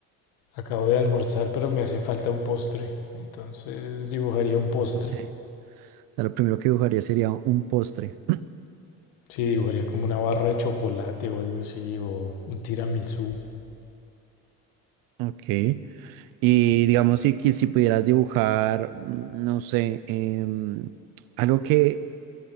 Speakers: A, on the left (about 85°); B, on the right (about 75°).
A: acabo de almorzar, pero me hace falta un postre. Entonces dibujaría un postre.
B: Ok. O sea, lo primero que dibujaría sería un postre.
A: Sí, dibujaría como una barra de chocolate o algo así, o un tiramisú.
B: Ok. Y digamos, si, qui- si pudieras dibujar, mm, no sé, em, algo que